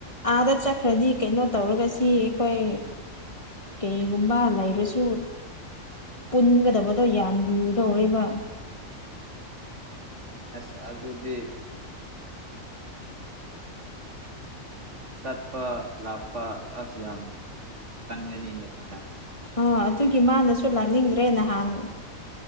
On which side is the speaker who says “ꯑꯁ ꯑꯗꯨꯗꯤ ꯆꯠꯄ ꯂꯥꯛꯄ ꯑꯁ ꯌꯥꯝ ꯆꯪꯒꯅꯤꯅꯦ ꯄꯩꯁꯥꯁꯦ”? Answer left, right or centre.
Right